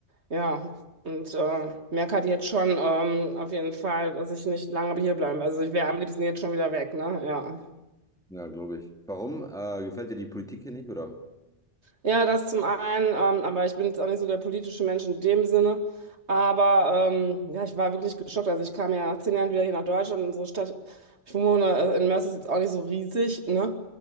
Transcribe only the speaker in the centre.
Ja, glaube ich. Warum? Äh, gefällt dir die Politik hier nicht, oder?